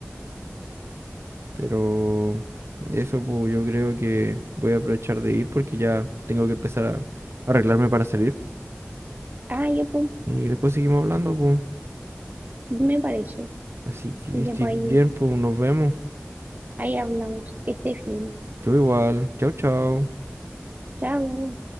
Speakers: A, on the right; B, on the right.
A: Pero eso pues yo creo que voy a aprovechar de ir porque ya tengo que empezar a arreglarme para salir.
B: Ah, ya pues,
A: Y después seguimos hablando, pues.
B: me parece.
A: Así que
B: Ya
A: estoy
B: pues
A: bien,
B: ahí,
A: pues nos vemos.
B: ahí hablamos. Que estés bien.
A: Tú igual. Chao, chao.
B: Chao.